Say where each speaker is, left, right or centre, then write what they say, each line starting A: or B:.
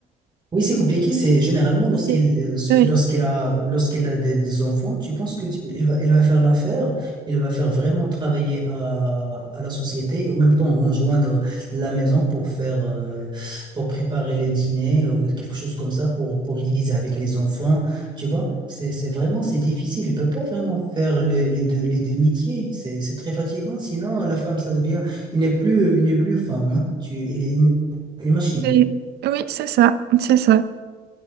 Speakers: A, on the right (about 25°); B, on the right (about 75°).
A: Oui, c'est compliqué. C'est généralement lorsqu'il
B: C'est-
A: euh,
B: Oui.
A: lorsqu'il a lorsqu'il a des, des enfants, tu penses que tu- il va il va faire l'affaire, il va faire vraiment travailler à, à la société, et en même temps rejoindre la maison pour faire euh, pour préparer le dîner ou quelque chose comme ça pour pour diviser avec les enfants. Tu vois, c'est c'est vraiment c'est difficile. Il peut pas vraiment faire le- les deux les deux métiers. C'est c'est très fatigant. Sinon, la femme ça devient il n'est plus il n'est plus femme. hein. Tu il est une une machine.
B: Et- Oui, c'est ça, c'est ça.